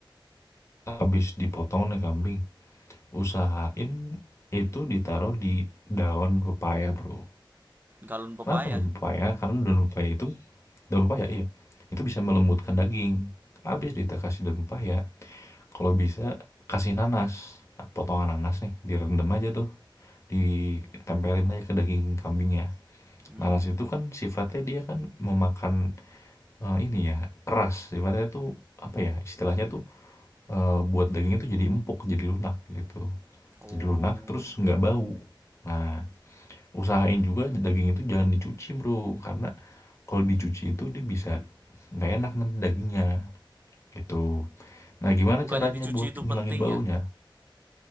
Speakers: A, on the left; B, on the right.
A: Habis dipotong nih kambing, usahain itu ditaruh di daun pepaya, bro.
B: galon pepaya.
A: Kenapa daun pepaya? Karena daun pepaya itu, daun pepaya iya, itu bisa melembutkan daging. Habis kita kasih daun pepaya, kalau bisa kasih nanas Nah, potongan nanas nih direndam aja tuh ditempelin aja ke daging kambingnya
B: Hmm.
A: nanas itu kan sifatnya dia kan memakan eh, ini ya keras sifatnya tuh apa ya istilahnya tuh eh, buat daging itu jadi empuk jadi lunak gitu
B: Oh.
A: jadi lunak terus nggak bau nah usahain juga daging itu jangan dicuci bro karena kalau dicuci itu dia bisa nggak enak nanti dagingnya Gitu. Nah, gimana
B: Bukannya
A: caranya
B: dicuci
A: buat
B: itu
A: ngilangin
B: penting
A: baunya?
B: ya?